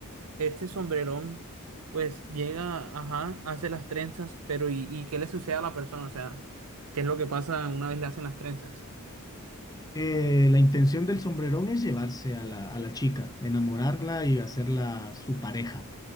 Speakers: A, on the right (about 75°); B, on the left (about 15°).
A: este sombrerón, pues llega, ajá, hace las trenzas, pero ¿y, y qué le sucede a la persona? O sea, ¿qué es lo que pasa una vez le hacen las trenzas?
B: Eh, la intención del sombrerón es llevarse a la, a la chica, enamorarla y hacerla su pareja.